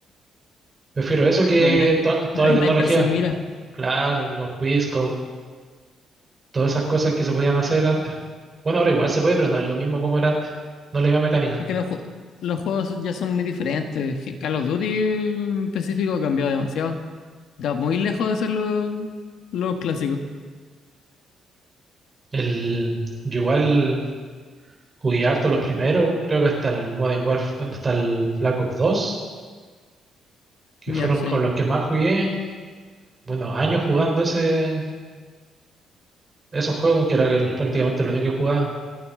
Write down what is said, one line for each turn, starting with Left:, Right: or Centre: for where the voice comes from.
Right: Prefiero eso que
Left: los snipers,
Right: to- toda
Left: los
Right: la tecnología.
Left: snipers sin mira.
Right: Claro, los Quizscope, todas esas cosas que se podían hacer antes. Bueno, ahora igual se puede, pero no es lo mismo como era antes. No es la misma mecánica.
Left: Es que los, ju- los juegos ya son muy diferentes. Je- Call of Duty en específico ha cambiado demasiado. Está muy lejos de ser los, los clásicos.
Right: El, yo igual. Jugué harto los primeros, creo que hasta el Modern Warfare, hasta el Black Ops 2, que
Left: Ya,
Right: fueron
Left: sí.
Right: con los que más jugué, bueno, años jugando ese, esos juegos, que era que prácticamente lo único que jugaba.